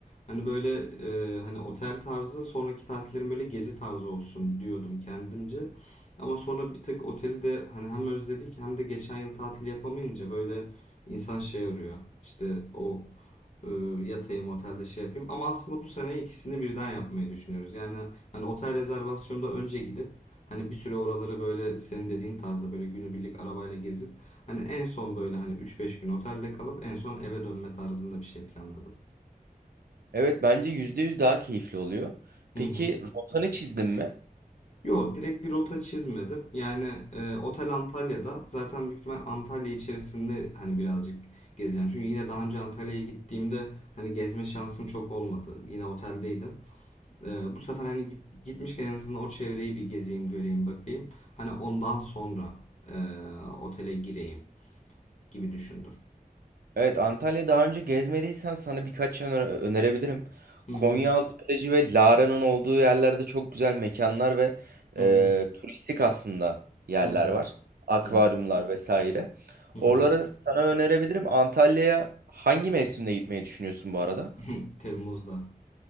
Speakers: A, on the left; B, on the right.
A: Hani böyle e, hani otel tarzı sonraki tatillerim böyle gezi tarzı olsun diyordum kendimce. Ama sonra bir tık oteli de hani hem özledik hem de geçen yıl tatil yapamayınca böyle insan şey arıyor. İşte o e, yatayım otelde şey yapayım. Ama aslında bu sene ikisini birden yapmayı düşünüyoruz. Yani hani otel rezervasyonda önce gidip hani bir süre oraları böyle senin dediğin tarzda böyle günübirlik arabayla gezip hani en son böyle hani üç beş gün otelde kalıp en son eve dönme tarzında bir şey planladım.
B: Evet bence %100 daha keyifli oluyor.
A: Hı
B: Peki
A: hı.
B: rotanı çizdin mi?
A: Yo direkt bir rota çizmedim. Yani e, otel Antalya'da zaten büyük ihtimal Antalya içerisinde hani birazcık gezeceğim. Çünkü yine daha önce Antalya'ya gittiğimde hani gezme şansım çok olmadı. Yine oteldeydim. E, bu sefer hani git- gitmişken en azından o çevreyi bir gezeyim, göreyim, bakayım. Hani ondan sonra e, otele gireyim gibi düşündüm.
B: Evet Antalya daha önce gezmediysen sana birkaç yer öne- önerebilirim.
A: Hı hı
B: Konyaaltı plajı ve Lara'nın olduğu yerlerde çok güzel mekanlar ve e,
A: hı hı
B: turistik aslında yerler
A: hı
B: var. Akvaryumlar
A: hı
B: vesaire.
A: hı
B: Oraları
A: hı. hı. hı.
B: sana önerebilirim. Antalya'ya hangi mevsimde gitmeyi düşünüyorsun bu arada?
A: <laughs> Temmuz'da.